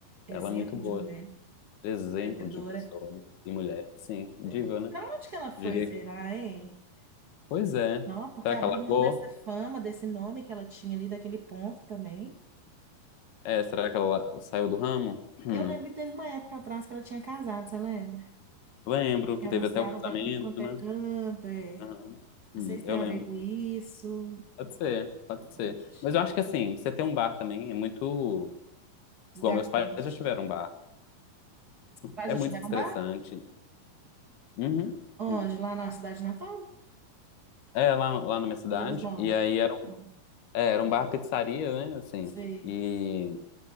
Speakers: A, on the right (about 60°); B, on the left (about 85°).
A: Exemplo
B: ela é muito boa.
A: de mulher
B: Exemplo
A: empreendedora.
B: de pessoa e mulher. Sim, diva,
A: É.
B: né?
A: Pra onde que ela foi,
B: Diria
A: será,
B: que.
A: hein?
B: Pois é.
A: Não, porque
B: Será
A: abrir
B: que ela largou?
A: mão dessa fama, desse nome que ela tinha ali, daquele ponto também.
B: É, será que ela la- saiu do ramo? Hum.
A: Eu lembro que teve uma época atrás que ela tinha casado, você lembra?
B: Lembro
A: Que
B: que
A: anunciaram
B: teve até o casamento,
A: pra tudo quanto é
B: né?
A: canto, é.
B: Aham.
A: Não
B: Hum,
A: sei se
B: eu
A: tem a
B: lembro.
A: ver com isso.
B: Pode ser, pode ser.
A: Onde?
B: Mas eu acho que assim, você ter um bar também é muito.
A: Os
B: Igual
A: garotos.
B: meus pais já tiveram um bar.
A: Lá
B: É
A: de
B: muito
A: Tirambá?
B: estressante. Uhum.
A: Onde?
B: Uhum.
A: Lá na cidade natal?
B: É, lá, lá na minha cidade.
A: Onde eles moram?
B: E aí era, um-
A: Ah,
B: é, era um bar pizzaria, né? Assim.
A: Sei.
B: E.